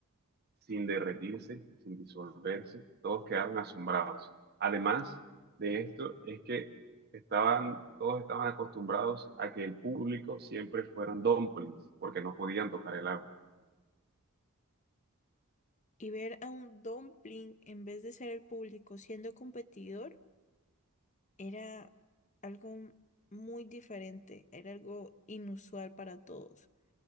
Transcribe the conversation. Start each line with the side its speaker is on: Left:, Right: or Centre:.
Right: sin derretirse, sin disolverse, todos quedaron asombrados. Además de esto, es que estaban, todos estaban acostumbrados a que el público siempre fueran dumplings, porque no podían tocar el agua.
Left: Y ver a un dumpling en vez de ser el público siendo competidor era algo muy diferente, era algo inusual para todos.